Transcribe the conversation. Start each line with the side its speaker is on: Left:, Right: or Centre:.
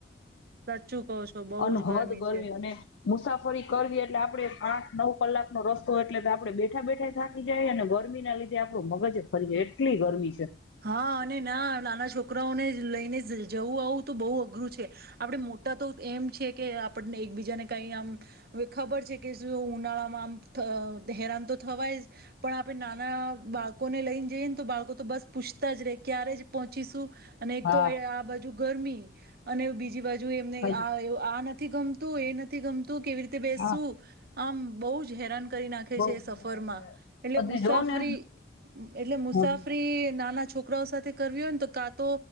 Right: સાચ ઓછું કહ છો બહુ
Left: અનહદ
Right: જ ગરમી છે.
Left: અને મુસાફરી કરવી એટલે આપડે આઠ નવ કલાકનો રસ્તો એટલે તો આપડે બેઠા બેઠા થાકી જાય, અને ગરમી ના લીધે આપડું મગજ જ ફરી જાય એટલી ગરમી છે.
Right: હા અને ના નાના છોકરાઓને લઈને જવું આવું તો બહુ અઘરું છે આપડે મોટા તો એમ છે, કે આપણને એકબીજાને કઈ આમ હ ખબર છે કે શું ઉનાળામાં આમ હેરાન તો થવાય જ પણ આપણે નાના બાળકોને લઈને જઈએ ને તો બાળકો તો બસ. પૂછતા જ રે ક્યારે જ પહોંચીશું. અને એક
Left: હા
Right: તો આ બાજુ. ગરમી અને બીજ બ બાજુ એમને
Left: હાચી
Right: આ આ ગમતું એ નથી ગમતું. તું કેવી રીતે બેસસુ.
Left: હા.
Right: આમ બહુ જ હેરાન. કરી નાખે
Left: બઉ
Right: છે સફર
Left: બઉ અને
Right: મા એટલે
Left: બધે
Right: મુસાફરી
Left: જોવ ને
Right: એટલે મુસાફરી.
Left: હમ
Right: નાના છોકરાઓ સાથે કરવી હોય ને તો કા તો